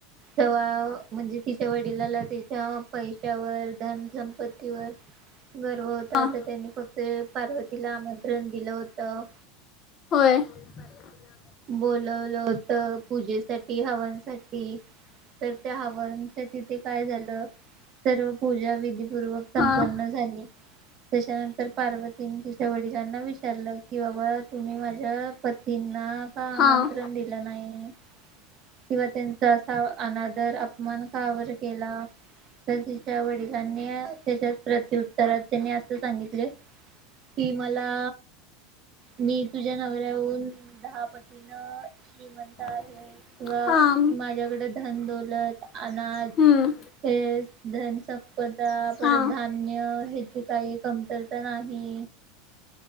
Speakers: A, on the right; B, on the left.
A: जवा म्हणजे तिच्या वडिलाला ते त्या पैशावर, धन संपत्तीवर गर्व होता,
B: हां
A: त त्यांनी फक्त पार्वतीला आमंत्रण दिलं होतं.
B: होय, <unintelligible> पार्वतीला
A: बोलव ल होत पूजेसाठी हवन सठी तर त्या हवनच्या तिथे काय झालं, सर्व पूजा विधपूर्वक संपन्न
B: हां
A: झाली, त्याच्यानंतर पार्व तिन तिच्या वडिलांना विचारलं, की बाबा तुम्ही माझ्या पतींना का आमंत्रण
B: हां
A: दिलं नाई? किंवा त्यांचा असा अ अना तर अपमान का बर केला, तर तिच्या वडिलांनी <unintelligible> प्रत्युत्तरात त्यांनी असं सांगितले, कि मला मी तुझ्या नवऱ्याहून दहा पतीन श्रीम
B: <unintelligible>
A: किंवा
B: हां
A: माझ्याकड धन दौलत अनाज
B: हं,
A: हेच धन च सपदा
B: हां
A: परत धान्य हे ची काही कमतरता नाही.